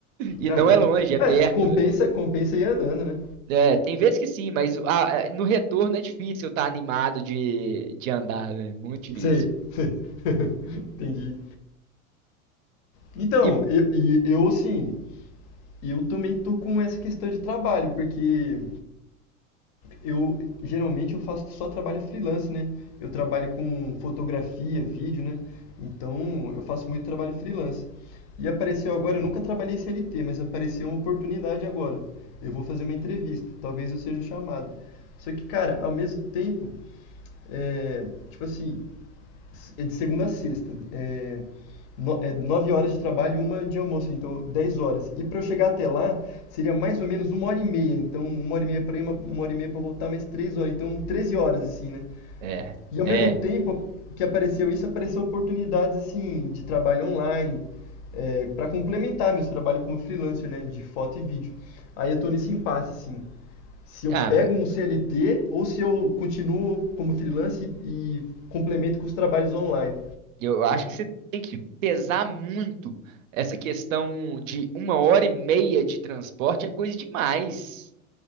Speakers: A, on the right (about 65°); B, on the left (about 40°).
A: E
B: Caramba.
A: não é longe, é
B: É,
A: perto,
B: compensa,
A: velho.
B: compensa ir andando, né?
A: É, tem vezes que sim, mas ah, ah, no retorno é difícil eu estar animado de, de andar, velho. Muito difícil.
B: Sei. <laughs> Entendi. Então,
A: E,
B: eu, e eu assim, eu também tô com essa questão de trabalho, porque Eu geralmente eu faço só trabalho freelance, né? Eu trabalho com fotografia, vídeo, né? Então eu faço muito trabalho freelance. E apareceu agora, eu nunca trabalhei CLT, mas apareceu uma oportunidade agora. Eu vou fazer uma entrevista, talvez eu seja chamado. Só que, cara, ao mesmo tempo, é, tipo assim, é de segunda a sexta. é, no, é, nove horas de trabalho e uma de almoço, então 10 horas. E para eu chegar até lá, seria mais ou menos uma hora e meia. Então, uma hora e meia para ir, uma, uma hora e meia para voltar, mais três horas. Então, 13 horas, assim, né?
A: é,
B: E ao
A: é.
B: mesmo tempo que apareceu isso, apareceu oportunidades, assim, de trabalho online, é, para complementar meus trabalhos como freelancer, né? De foto e vídeo. Aí eu tô nesse impasse, assim. Se eu
A: Ah,
B: pego um CLT ou se eu continuo como freelancer e, e complemento com os trabalhos online.
A: Eu acho que você tem que pesar muito. Essa questão de uma hora e meia de transporte é coisa demais.